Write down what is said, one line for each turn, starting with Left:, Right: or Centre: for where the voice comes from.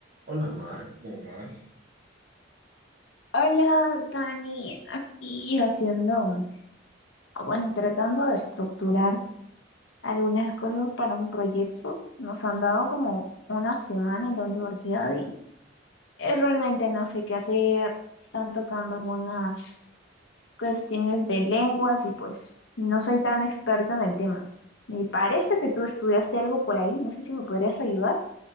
Right: Hola Mar, ¿cómo vas?
Left: Hola, Dani, aquí haciendo, ah, bueno, tratando de estructurar algunas cosas para un proyecto. Nos han dado como una semana en la universidad y eh, realmente no sé qué hacer. Están tocando algunas cuestiones de lenguas y pues no soy tan experta en el tema. Me parece que tú estudiaste algo por ahí, no sé si me podrías ayudar.